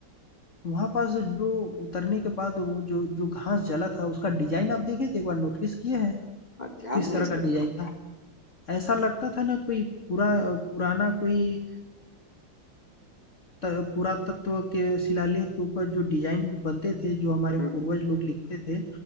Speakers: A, on the left; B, on the left.
A: वहाँ पास जो उतरने के बाद वो जो जो घास जला था उसका डिज़ाइन आप देखे थे? एक बार नोटिस किए हैं?
B: हाँ, ध्यान
A: किस
B: नहीं
A: तरह का
B: दिया
A: डिज़ाइन था? ऐसा लगता था ना कोई पूरा पुराना कोई पुरातत्व के शिलालेख के ऊपर जो डिजाइन बनते थे जो हमारे
B: हम्म
A: पूर्वज लोग लिखते थे